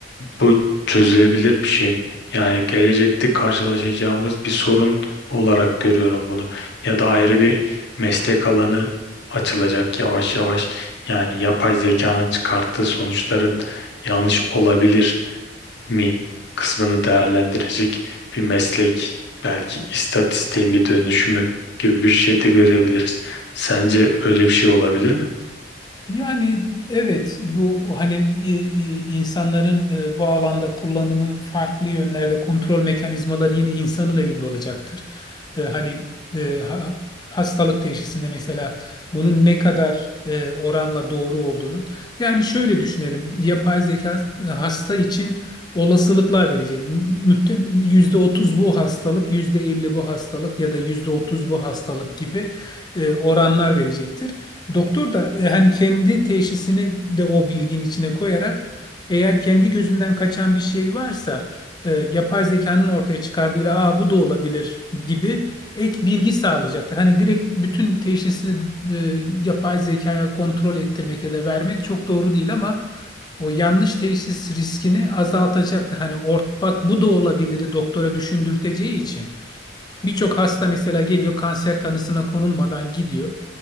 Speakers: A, on the left; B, on the left.
A: bu çözülebilir bir şey mi? Yani gelecekte karşılaşacağımız bir sorun olarak görüyorum bunu. Ya da ayrı bir meslek alanı açılacak yavaş yavaş. Yani yapay zekanın çıkarttığı sonuçların yanlış olabilir mi kısmını değerlendirecek bir meslek, belki istatistiğin bir dönüşümü gibi bir şey de görebiliriz. Sence böyle bir şey olabilir mi?
B: Yani evet bu hani e, e, insanların e, bu alanda kullanımı farklı yönlerde kontrol mekanizmaları yine insanın elinde olacaktır. E, hani e, ha- hastalık teşhisinde mesela bunun ne kadar e, oranla doğru olduğunu. Yani şöyle düşünelim yapay zeka e, hasta için olasılıklar verecek. Muhtem yüzde otuz bu hastalık, yüzde elli bu hastalık ya da yüzde otuz bu hastalık gibi e, oranlar verecektir. Doktor da e, hani kendi teşhisini de o bilgin içine koyarak eğer kendi gözünden kaçan bir şey varsa e, yapay zekanın ortaya çıkardığıyla aa bu da olabilir gibi ek bilgi sağlayacaktır. Hani direkt bütün teşhisi e, yapay zekaya kontrol ettirmek ya da vermek çok doğru değil ama o yanlış teşhis riskini azaltacaktır. Hani ort bak bu da olabilir doktora düşündürteceği için. Birçok hasta mesela geliyor kanser tanısına konulmadan gidiyor